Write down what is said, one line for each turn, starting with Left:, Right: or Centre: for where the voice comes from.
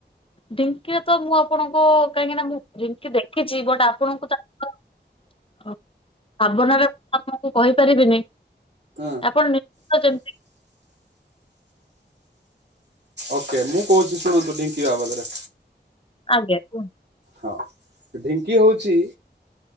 Left: ଢିଙ୍କିରେ ତ ମୁଁ ଆପଣଙ୍କୁ କାହିଁକି ନା ମୁଁ ଢ଼ିଙ୍କି ଦେଖିଛି ବଟ୍ ଆପଣଙ୍କୁ ତାର ଭାବନାରେ ମୁଁ ଆମକୁ କହିପାରିବିନି
Right: ହଁ
Left: ଆପଣ <unintelligible> ଯେମିତିକି
Right: ଓକେ ମୁଁ କହୁଛି ଶୁଣନ୍ତୁ ଢିଙ୍କି ବାବଦରେ
Left: ଆଜ୍ଞା କୁହଁନ୍ତୁ।
Right: ହଁ ଢିଙ୍କି ହଉଚି